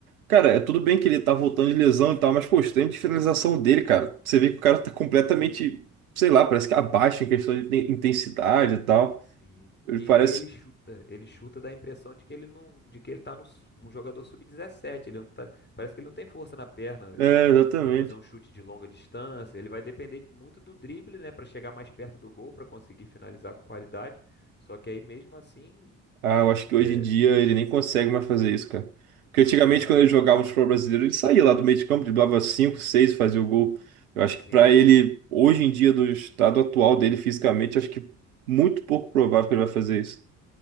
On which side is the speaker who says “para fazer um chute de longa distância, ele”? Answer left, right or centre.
Left